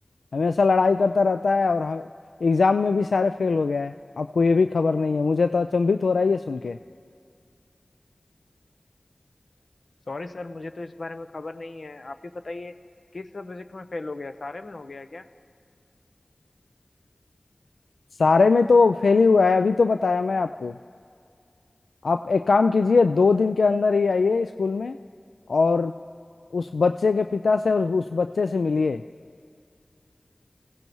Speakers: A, on the left; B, on the left.
A: हमेशा लड़ाई करता रहता है और हम एग्जाम में भी सारे फेल हो गया है आपको ये भी खबर नहीं है मुझे तो अचंभित हो रहा है ये सुन के
B: सॉरी सर मुझे तो इस बारे में खबर नहीं है आप ही बताइए किस सब्जेक्ट में फेल हो गया सारे में हो गया क्या
A: सारे में तो फेल ही हुआ है अभी तो बताया मैं आपको आप एक काम कीजिए दो दिन के अंदर ही आइए स्कूल में और उस बच्चे के पिता से और उस बच्चे से मिलिए